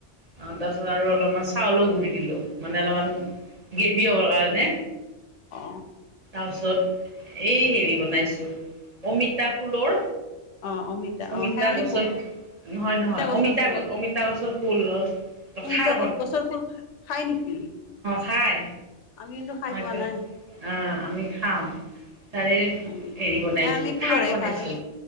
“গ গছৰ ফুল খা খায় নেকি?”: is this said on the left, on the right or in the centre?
Left